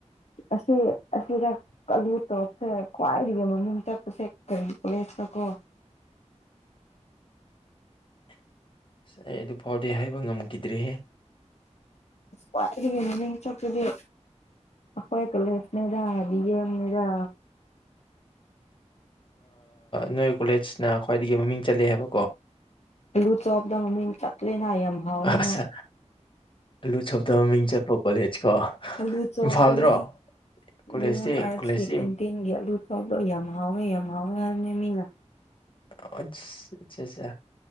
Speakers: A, on the left; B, on the left.
A: ꯑꯁꯤ ꯑꯁꯤꯗ ꯑꯥꯂꯨ ꯇꯣꯞꯁꯦ ꯈ꯭ꯋꯥꯏꯗꯒꯤ ꯃꯃꯤꯡ ꯆꯠꯄꯁꯦ ꯀꯔꯤ ꯀꯣꯂ ꯊꯀꯣ
B: ꯑꯟꯑꯣꯗꯤꯕꯜ ꯁ ꯑꯩ ꯑꯗꯨ ꯐꯥꯎꯗꯤ ꯍꯥꯏꯕ ꯉꯝꯈꯤꯗ꯭ꯔꯦꯍꯦ
A: ꯋꯥꯏ ꯆꯄꯗꯤ ꯑꯩꯈꯣꯏ ꯀꯂꯠꯅꯦꯗ ꯑꯅꯦꯗ
B: ꯅꯣꯏ ꯀꯣꯂꯦꯖꯅ ꯈ꯭ꯋꯥꯏꯗꯒꯤ ꯃꯃꯤꯡ ꯆꯠꯂꯦ ꯍꯥꯏꯕ
A: ꯍꯜꯂꯨ ꯆ ꯑꯣꯞꯗ ꯃ ꯌꯦ ꯇ ꯀꯦꯅꯥ ꯌꯥꯝ ꯍꯥꯎꯋꯦꯅ
B: ꯑꯁ ꯑꯂꯨ ꯆꯣꯞꯇ ꯃꯃꯤꯡ ꯆꯠꯄ ꯀꯣꯂꯦꯖ ꯀꯣ
A: ꯑꯂꯨ ꯆꯧꯅꯤ
B: ꯏꯝꯐꯥꯜꯗ꯭ꯔꯣ ꯀꯣꯂꯦꯖꯇꯤ
A: ꯕꯤꯦꯝ ꯑꯔ
B: ꯀꯣꯂꯦꯖꯇꯤ
A: ꯀꯇꯤꯟ ꯑ ꯆꯣꯂꯣ ꯌꯥꯝ ꯍꯥꯎꯋꯦ ꯌꯥꯝ ꯍꯥꯎꯋꯦ ꯍꯥꯏꯕꯅꯦ ꯃꯤꯅ
B: ꯑ ꯑꯆꯥ ꯑꯆꯥ